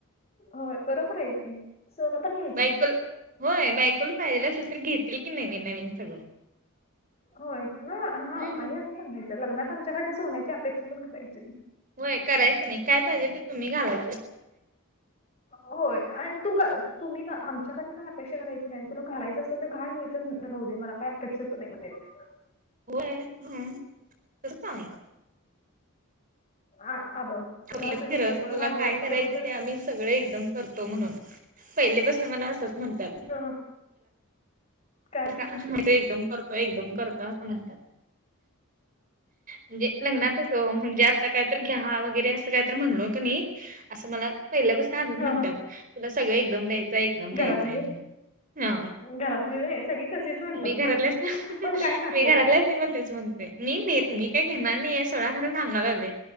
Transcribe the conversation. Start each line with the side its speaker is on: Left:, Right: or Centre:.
Left: होय बरोबर आहे की. सोनं पण घ्याय
Right: बायकोला होय बायकोला पाहिजेला असल तर घेतील की नवीन नवीन सगळं.
Left: होय ना हा
Right: हम्म
Left: आणि असं सांगायचं लग्नात आमच्याकडनं सोन्याची अपेक्षा पण करायची नाही.
Right: होय करायचं नाही काय पाहिजे ते तुम्ही घाला.
Left: होय आणि तू काय तुम्ही आमच्याकडे काय अपेक्षा करायची नाही आणि तुला घालायचं असं तर घाल मिळत राहू दे, मला काय अपेक्षाच नाही म्हणायचं.
Right: <inaudible> होय हम्म. तस का म्हणतात?
Left: आ-आबा तुला
Right: म्हटलं
Left: तुझ्या
Right: फिरत
Left: बायकोला
Right: तुला
Left: घालू
Right: काय
Left: वाटलं
Right: करायचं
Left: ग
Right: ते आम्ही सगळे एकदम करतो म्हणून पहिलेपासून मला असंच म्हणतात.
Left: हं, काय?
Right: ते एकदम करतो, एकदम करतो असं म्हणत्यात. म्हणजे
Left: हं,
Right: लग्नातच ओ म्हणजे आता कायतर चहा वगैरे असं काय तर म्हणलो कनई असं मला पहिल्यापासून असंच
Left: हं
Right: म्हणत्यात, तुला सगळं एकदम द्यायचं आहे. दम द्यायचं
Left: घरातली
Right: म्हण, हा.
Left: घरातली व्हय सगळी तशीच म्हणतात
Right: मी घरातलेच
Left: ग
Right: ना
Left: पण काय नको.
Right: मी घरातलेच मी पण तेच म्हणते, मी मी काय घेणार नाहीय सोडा खरं सांगाय लागलोय.